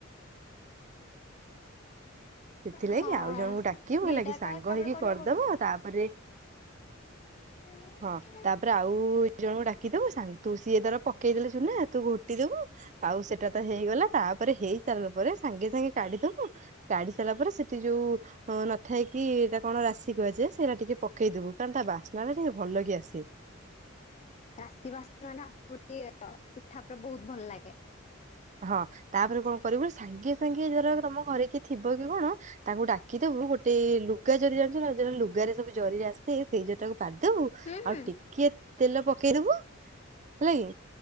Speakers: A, on the left (about 35°); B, on the right (about 35°).
A: <inaudible>
B: ସେଥିଲାଗି
A: ହଁ
B: ଆଉ ଜଣଙ୍କୁ ଡାକିବୁ
A: ଦିଟା
B: ହେଲାକି ସାଙ୍ଗ
A: ଏକା ଏକାବେଳେ
B: ହେଇକି
A: କରିହବ
B: କରିଦବ
A: କି?
B: ତାପରେ
A: <unintelligible>
B: ହଁ ତାପରେ ଆଉ ଏ ଜଣଙ୍କୁ ଡାକି ଦବୁ ସା ତୁ ସିଏ ତର ପକେଇଦେଲେ ଚୁନା ତୁ ଘୋଟି ଦବୁ। ଆଉ ସେଟା ତ ହେଇଗଲା ତାପରେ ହେଇସାରିଲା ପରେ ସାଙ୍ଗେ ସାଙ୍ଗେ କାଢିଦବୁ କାଢି। ଦେଲା ପରେ ସେଠି ଯଉ। ହଁ ନଥାଇକି ଏଟା କଣ ରାଶି କୁହାଯାଏ ସେଇଟା ଟିକେ ପକେଇଦବୁ କାରଣ ତା ବାସ୍ନାଟା ଟିକେ ଭଲ କି ଆସେ।
A: ରାଶି ବାସ୍ନାଟା <inaudible> ପିଠା ପୁରା ବହୁତ ଭଲ ଲାଗେ।
B: ହଁ ତାପରେ କଣ କରିବୁ ସାଙ୍ଗେ ସାଙ୍ଗେ ଧର ତମ ଘରେ କି ଥିବ କି କଣ। ତାଙ୍କୁ ଡାକିଦବୁ ଗୋଟେ ଲୁଗା ଜରି ଜାଣିଚୁନା ଯଉରା ଲୁଗାରେ ସବୁ ଜରିରେ ଆସେ। ସେଇ ଜରିଟାକୁ ପାରିଦବୁ ଆଉ
A: ହୁଁ ହୁଁ
B: ଟିକେ ତେଲ ପକେଇଦବୁ ହେଲା କି।